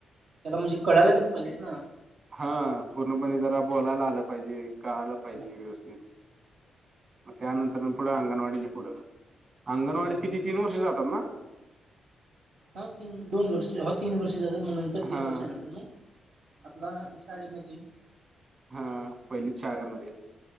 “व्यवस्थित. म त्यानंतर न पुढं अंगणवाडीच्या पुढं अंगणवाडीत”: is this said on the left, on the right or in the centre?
Right